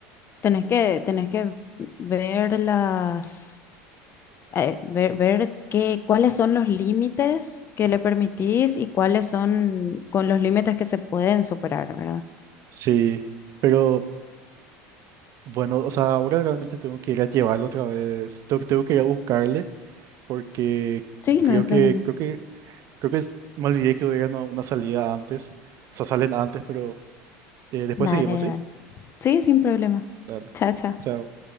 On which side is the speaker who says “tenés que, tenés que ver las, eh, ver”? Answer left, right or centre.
Left